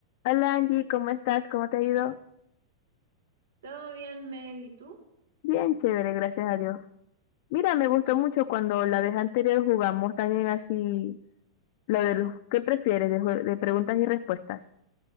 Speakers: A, on the left (about 55°); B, on the right (about 85°).
A: Hola Angie, ¿cómo estás? ¿Cómo te ha ido?
B: ¿Todo bien, Mel? ¿Y tú?
A: Bien chévere, gracias a Dios. Mira, me gustó mucho cuando la vez anterior jugamos también así, lo de los que prefieres, de, jue- de preguntas y respuestas.